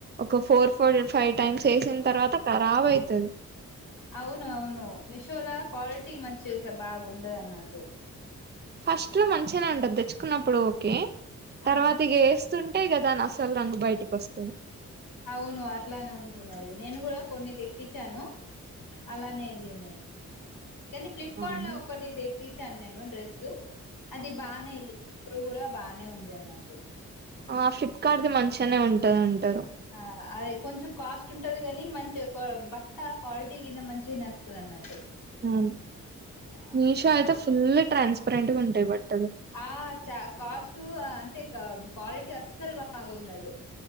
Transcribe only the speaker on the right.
ఒక ఫోర్ ఫోర్ ఫైవ్ టైమ్స్ ఎసిన్ తర్వాత ఖరాబ్ అయితది
ఫస్ట్ లో మంచిగానే ఉంటది దేచ్చుకున్నప్పుడు ఓకే తర్వాత
ఇగ ఎస్తుంటే ఇగ దాని అసల్ రంగు బయటికి ఓస్తాదీ
అవును
ఆ ఫ్లిప్కార్ట్దిి మంచిగానే ఉంటది అంటారు
మ్
మీషో అయితే ఫుల్ల్ ట్రాన్స్పరెంట్గా ఉంటాయి బట్